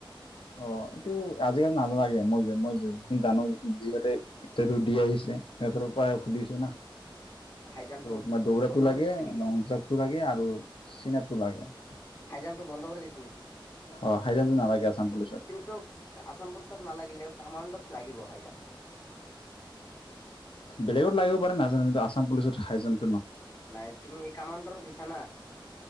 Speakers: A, on the left (about 80°); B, on the left (about 35°).
A: অ এইটো আজিকালি নাজালাগে মই যে মই যিখিনি জানো যিতে ইণ্টাৰভিউ দি আহিছো মেট্ৰৰ পৰা সুধিছো না।
B: হাই জাম্পটো
A: ত তোমাৰ দৌৰাটো
B: বন্ধ
A: লাগে,
B: কৰি দিছে নেকি
A: লং জাপটো লাগে, আৰু চিন আপটো লাগে।
B: হাইজাম্পটো বন্ধ কৰি দিছে নেকি?
A: অ হাই জাম্পটো নালাগে আছাম পুলিচত
B: কিন্তু আছাম পুলি চত নালাগে। লেও কামাণ্ডত লাগিব হাই জাম্প।
A: বেলেগত লাগিব পাৰে নাজানো কিন্তু আচাম পুলিচত হাই জাম্প
B: নাই তুমি কামাণ্ডৰো দিছা না?